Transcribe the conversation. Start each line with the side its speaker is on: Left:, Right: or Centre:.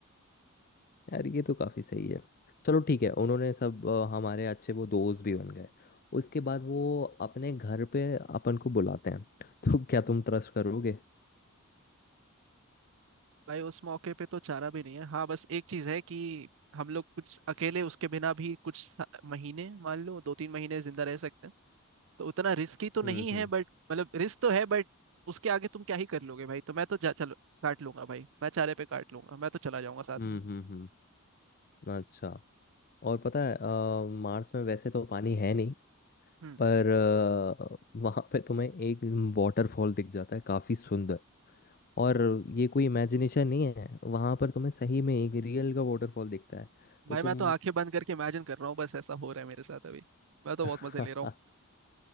Left: यार ये तो काफ़ी सही है चलो ठीक है उन्होंने सब अ, हमारे अच्छे वो दोस्त भी बन गए उसके बाद वो अपने घर पे अपन को बुलाते हैं तो क्या तुम ट्रस्ट करोगे
Right: भाई उस मौके पे तो चारा भी नहीं है हाँ बस एक चीज है कि हम लोग कुछ अकेले उसके बिना भी कुछ सा- महीने मान लो दो तीन महीने जिंदा रह सकते हैं तो उतना रिस्की तो नहीं
Left: हम्म हम्म
Right: है बट मतलब रिस्क तो है बट उसके आगे तुम क्या ही कर लोगे भाई तो मैं तो जा चलो काट लूंगा भाई मैं चारे पे काट लूंगा मैं तो चला जाऊंगा साथ
Left: हम्म
Right: में
Left: हम्म हम्म, अच्छा और पता है अ, मार्स में वैसे तो पानी है नहीं
Right: हम्म
Left: पर अ, वहाँ पे तुम्हें एक वाटरफॉल दिख जाता है काफ़ी सुंदर और ये कोई इमेजिनेशन नहीं है वहाँ पर तुम्हें सही में एक रियल का वाटरफॉल दिखता है
Right: भाई
Left: तो तुम
Right: मैं तो आंखें बंद करके इमेजिन कर रहा हूँ बस ऐसा हो रहा है मेरे साथ अभी मैं तो
Left: <laughs>
Right: बहुत मजे ले रहा हूँ